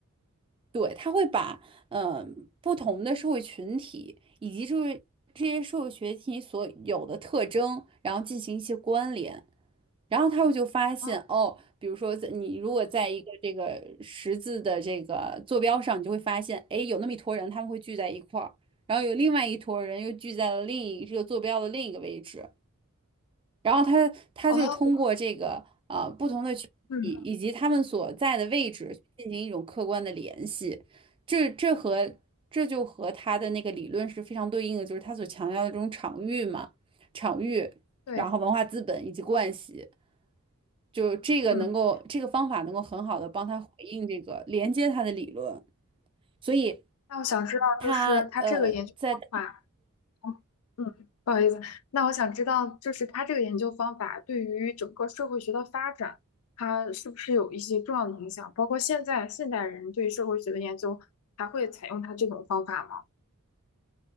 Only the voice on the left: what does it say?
哦
哦，嗯，
对，
嗯，
那我想知道，
就是它这个研究方法。嗯，不好意思，那我想知道，就是他这个研究方法对于整个社会学的发展，它是不是有一些重要的影响？包括现在现代人对社会学的研究，还会采用他这种方法吗？